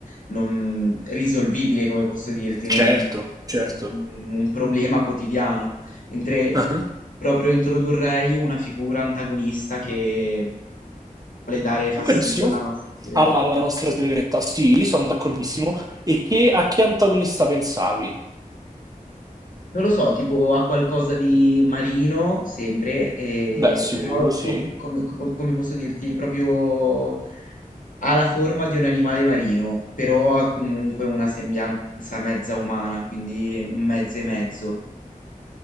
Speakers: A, on the left; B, on the right.
A: non risolvibile, come posso dirti, non
B: Certo,
A: un
B: certo.
A: un problema quotidiano, mentre
B: Mhm.
A: proprio introdurrei una figura antagonista che vuole dare fastidio
B: Va benissimo.
A: alla nostra sirene.
B: Alla, alla nostra sirenetta, sì, sono d'accordissimo. E che, a che antagonista pensavi?
A: Non lo so, tipo ha qualcosa di marino, sempre, eh,
B: Beh, sicuro,
A: però
B: sì.
A: co- come, co- come posso dirti, proprio ha la forma di un animale marino, però ha comunque una sembianza mezza umana, quindi un mezzo e mezzo.